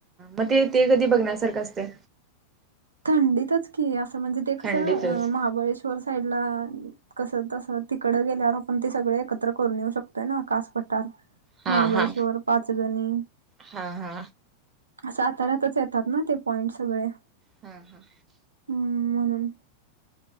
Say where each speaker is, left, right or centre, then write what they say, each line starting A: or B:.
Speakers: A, on the right (about 25°); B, on the right (about 75°).
A: मग ते ते कधी बघण्यासारखं असते?
B: थंडीतच की असं म्हणजे ते कसं!
A: थंडीतच.
B: महाबळेश्वर साईडला कसं तस तिकड गेल्यावर आपण ते सगळे एकत्र करून येऊ शकतोय. ना कासपटार
A: हा
B: महाबळेश्वर,
A: हा
B: पाचगणी
A: हा हा
B: सातारातच येतात. ना ते पॉईंट सगळे
A: हा हा
B: हम्म म्हणून